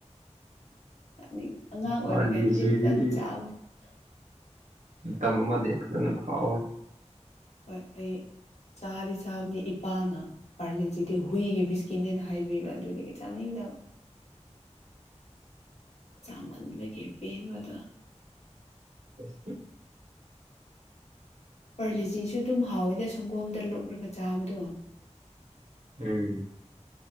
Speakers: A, on the left; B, on the right.
A: ꯅꯤꯡ ꯑꯉꯥꯡ ꯑꯣꯏꯔꯤꯉꯩꯗꯗꯤ
B: ꯄꯥꯔꯂꯤꯖꯤꯗꯨꯗꯤ
A: ꯇꯟ ꯆꯥꯕꯅꯦ
B: ꯃꯇꯝ ꯑꯃꯗꯤ ꯐꯖꯅ ꯐꯥꯎꯋꯦ
A: ꯍꯣꯏ ꯑꯩ ꯆꯥꯗꯤ ꯆꯥꯕꯅꯦ ꯏꯄꯥꯅ ꯄꯥꯔꯂꯦꯖꯤꯗꯤ ꯍꯨꯏꯒꯤ ꯕꯤꯁꯀꯤꯠꯅꯦꯅ ꯍꯥꯏꯕꯤꯕ ꯑꯗꯨꯗꯒꯤ ꯆꯥꯅꯤꯡꯗꯕ ꯆꯥꯃꯟꯕꯒꯤ ꯄꯦꯟꯕꯗꯣ
B: <unintelligible>
A: ꯄꯔꯂꯤꯖꯤꯖꯨ ꯑꯗꯨꯝ ꯍꯥꯎꯋꯦꯗ ꯁꯪꯒꯣꯝꯗ ꯂꯨꯞꯔꯒ ꯆꯥꯕꯗꯣ
B: ꯎꯝ